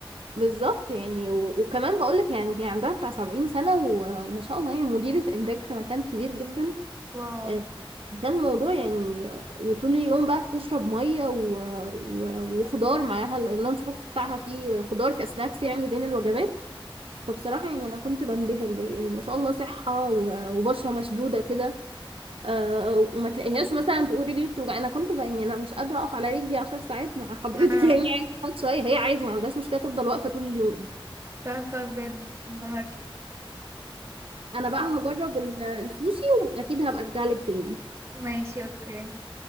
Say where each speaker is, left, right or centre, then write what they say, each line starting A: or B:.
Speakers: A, on the right (about 80°); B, on the right (about 35°).
A: بالظبط يعني و... وكمان بقولك يعني هي عندها بتاع 70 سنة و... وما شاء الله يعني مديرة إنتاج في مكان كبير جدا
B: واو
A: آه، فكان موضوع يعني آه، وطول اليوم بقى بتشرب مية و... و... وخضار معاها ال- اللانش بوكس بتاعها فيه خضار كسناكس يعني بين الوجبات فبصراحة يعني أنا كنت بنبهر ب- يعني ما شاء الله صحة و- وبشرة مشدودة كده آه، وما تلاقيهاش مثلا تقول رجلي بتوجع أنا كنت ب- يعني أنا مش قادرة أقف على رجلي عشر ساعات مع حضرتك
B: آه،
A: <laughs> يعني عادي تقعد شوية هي عادي ما عندهاش مشكلة تفضل واقفة طول اليوم
B: تحفة بجد انبهرت
A: أنا بقى هجرب ال- السوشي وأكيد هبقى أرجع لك تاني
B: ماشي اوكي